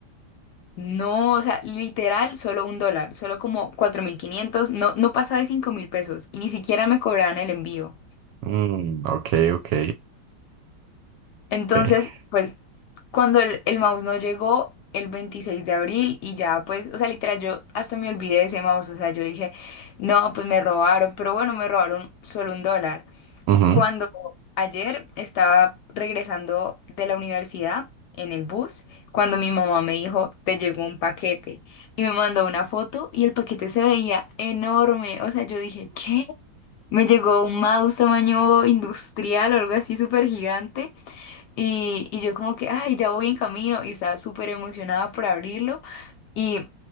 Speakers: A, on the left; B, on the right.
A: No, o sea, literal, solo un dólar, solo como 4.500. no, no pasaba de 5.000 pesos y ni siquiera me cobraban el envío.
B: Mm, ok, ok.
A: Entonces,
B: Eh,
A: pues, cuando el, el mouse no llegó el 26 de abril y ya, pues, o sea, literal, yo hasta me olvidé de ese mouse, o sea, yo dije, no, pues me robaron, pero bueno, me robaron solo un dólar.
B: ujú,
A: Cuando ayer estaba regresando de la universidad en el bus, cuando mi mamá me dijo, te llegó un paquete y me mandó una foto y el paquete se veía enorme. O sea, yo dije, ¿qué? Me llegó un mouse tamaño industrial o algo así súper gigante y, y yo como que, ay, ya voy en camino y estaba súper emocionada por abrirlo y